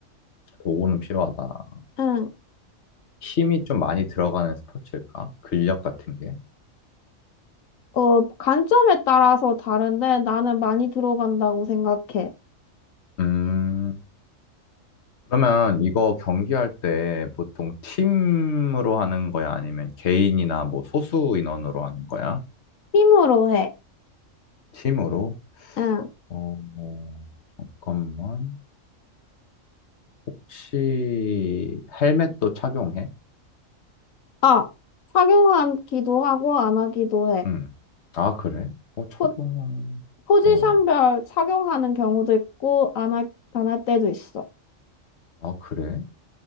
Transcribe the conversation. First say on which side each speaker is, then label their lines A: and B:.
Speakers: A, on the left; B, on the left.
A: 도구는 필요하다.
B: 응.
A: 힘이 좀 많이 들어가는 스포츠일까? 근력 같은 게?
B: 어, 관점에 따라서 다른데 나는 많이 들어간다고 생각해.
A: 음, 그러면 이거 경기할 때 보통 팀으로 하는 거야? 아니면 개인이나 뭐 소수 인원으로 하는 거야?
B: 힘으로 해.
A: 팀으로?
B: 응.
A: 어, 어, 잠깐만. 혹시 헬멧도 착용해?
B: 아, 착용하기도 하고 안 하기도 해.
A: 응. 아, 그래? 어, 착용
B: 포, 포지션별
A: 어,
B: 착용하는 경우도 있고 안 할, 안할 때도 있어.
A: 아, 그래?